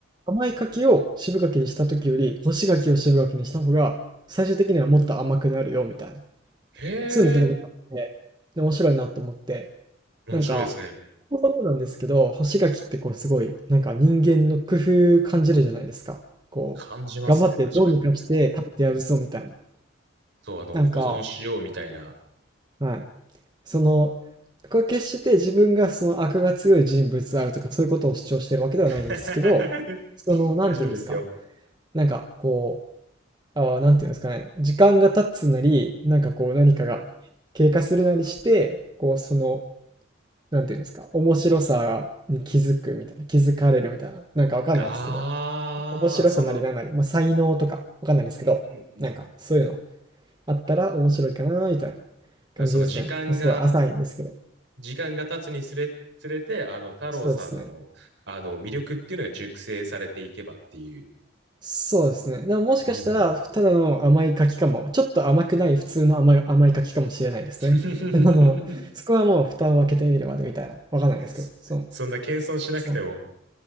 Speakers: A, on the right; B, on the right.
A: 甘い柿を渋柿にした時より、干し柿を渋柿にした方が、最終的にはもっと甘くなるよ、みたいな。
B: へえ、
A: そういうの聞いたことあって、で面白いなと思って、
B: 面白いですね。
A: なんか、そもそもなんですけど、干し柿ってこうすごい、なんか人間の工夫感じるじゃないですか。こう、
B: 感じますね、
A: 頑張ってどうにかして食べてやるぞみたいな。
B: 確かに。そう、あの、
A: なんか、
B: 保存しようみたいな。
A: はい。その、これ決して自分がその悪が強い人物であるとかそういうことを主張してるわけではないんですけど、
B: <laughs>
A: その、なんていうんですか、
B: 大丈夫ですよ。
A: なんかこう、ああ、なんていうんですかね、時間が経つなり、なんかこう何かが経過するなりして、こうそのなんていうんですか、面白さに気づくみたいな、気づかれるみたいな、なんかわかんないですけど、
B: ああ、
A: 面白さなりなんなり、
B: その、
A: まあ、才能とかわかんないですけど、
B: うんうんうんうん。
A: なんかそういうの
B: だか
A: あったら面白いかなみたいな
B: らその時間が、
A: 感じですね。すごい浅いんですけど。
B: 時間が経つにつれ、つれて、あの、太郎さんの、
A: そうですね。
B: あの、魅力っていうのが熟成されていけばっていう。
A: そうですね。でももしかしたら、
B: うんうん
A: ただの甘い柿かも、ちょっと甘くない普通の甘い、甘い柿かもしれないですね。
B: <laughs>
A: <laughs> あの、そこはもう蓋を開けてみるまでみたいな、わかんないですけど、
B: そそんな謙遜しなくても。
A: そう、そう、